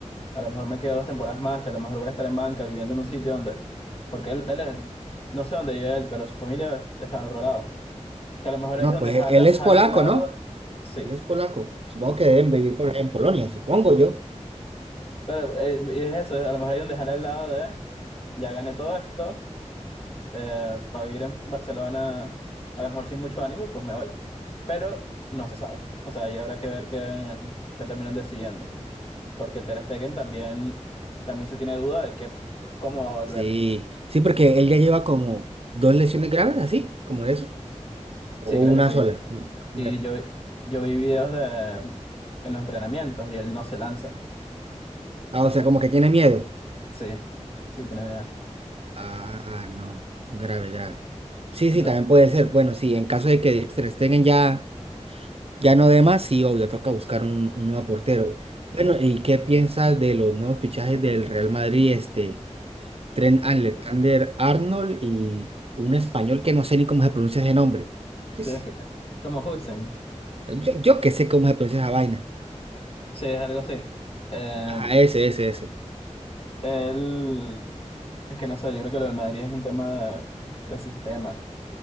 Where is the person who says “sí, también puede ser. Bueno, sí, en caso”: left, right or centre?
Right